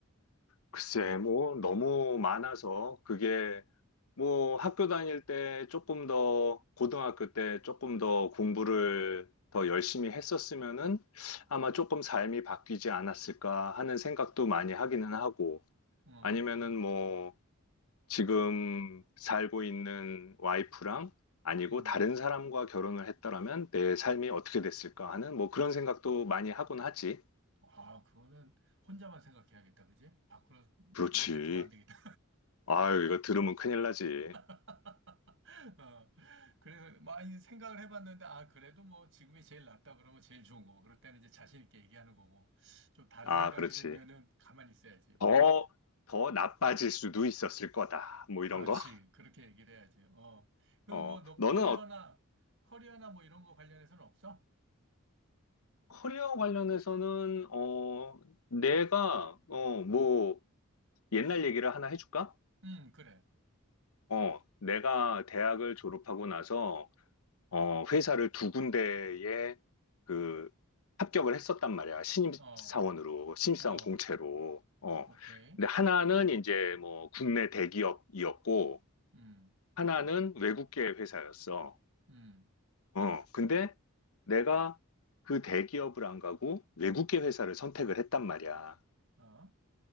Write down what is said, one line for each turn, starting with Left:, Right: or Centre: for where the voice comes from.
Left: 글쎄, 뭐, 너무 많아서 그게 뭐 학교 다닐 때 조금 더, 고등학교 때 조금 더 공부를 더 열심히 했었으면은 아마 조금 삶이 바뀌지 않았을까 하는 생각도 많이 하기는 하고
Right: 어,
Left: 아니면은
Right: 그건
Left: 뭐 지금 살고 있는 와이프랑 아니고
Right: 음.
Left: 다른 사람과 결혼을 했더라면 내 삶이 어떻게 됐을까 하는 뭐 그런 생각도 많이 하곤 하지.
Right: 아, 그거는 혼자만 생각해야겠다, 그지? 밖으로
Left: 그렇지.
Right: 내뱉으면 안 되겠다.
Left: 아유, 이거 들으면 큰일 나지.
Right: <laughs> 어, 그래서 많이 생각을 해봤는데, 아, 그래도 뭐 지금이 제일 낫다 그러면 제일 좋은 거고, 그럴 때는 이제 자신 있게 얘기하는 거고, 좀 다른
Left: 아,
Right: 생각이
Left: 그렇지.
Right: 들면은 가만히 있어야지.
Left: 더, 더 나빠질 수도 있었을 거다. 뭐
Right: 그렇지.
Left: 이런 거. <laughs>
Right: 그렇게 얘기를 해야지. 어. 그럼
Left: 어,
Right: 뭐 너
Left: 너는
Right: 커리어나,
Left: 어-
Right: 커리어나 뭐 이런 거 관련해서는 없어?
Left: 커리어 관련해서는, 어, 내가, 어, 뭐,
Right: 응,
Left: 옛날 얘기를 하나 해줄까?
Right: 응, 그래.
Left: 어, 내가 대학을 졸업하고 나서, 어, 회사를 두 군데에 그 합격을 했었단 말이야. 신입사원으로,
Right: 어,
Left: 신입사원
Right: 어,
Left: 공채로. 어,
Right: 오케이.
Left: 근데 하나는 이제 뭐 국내 대기업이었고,
Right: 음,
Left: 하나는 외국계 회사였어.
Right: 음,
Left: 어, 근데 내가 그 대기업을 안 가고 외국계 회사를 선택을 했단 말이야.
Right: 어,